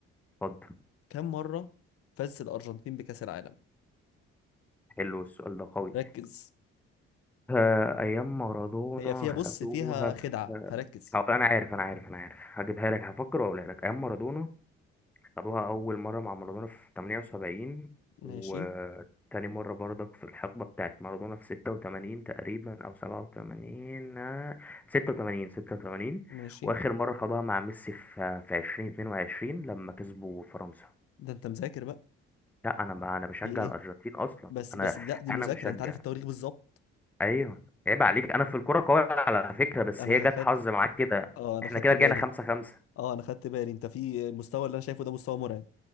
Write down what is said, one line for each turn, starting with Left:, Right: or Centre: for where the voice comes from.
Centre: اتفضل
Left: كم مره فاز الارجنتين بكأس العالم
Centre: حلو السؤال ده قوي
Left: ركز
Centre: آه، ايام مارادونا
Left: هي فيها
Centre: خدوها
Left: بص فيها خدعه فركز
Centre: في هو انا عارف انا عارف انا عارف هجيبها لك هفكر واقولها لك ايام مارادونا خدوها اول مره مع مارادونا في 78
Left: ماشي
Centre: وتاني مره برضك في الحقبه بتاعت مارادونا في 86 تقريبا او 87 آه، 86 86
Left: ماشي
Centre: واخر مره خدوها مع ميسي في في 2022 لما كسبوا فرنسا
Left: ده انت مذاكر بقى
Centre: لا انا بقى انا بشجع
Left: في ايه
Centre: الارجنتين اصلا
Left: بس
Centre: انا
Left: بس لا دي
Centre: انا
Left: مذاكره
Centre: مشجع
Left: انت عارف التواريخ بالظبط
Centre: ايوه عيب عليك انا في الكوره قوي على فكره بس
Left: انا
Centre: هي جت
Left: خدت
Centre: حظ معاك كده
Left: اه انا
Centre: احنا
Left: خدت
Centre: كده
Left: بالي
Centre: رجعنا خمسة خمسة
Left: اه انا خدت بالي انت في المستوى اللي انا شايفه ده مستوى مرعب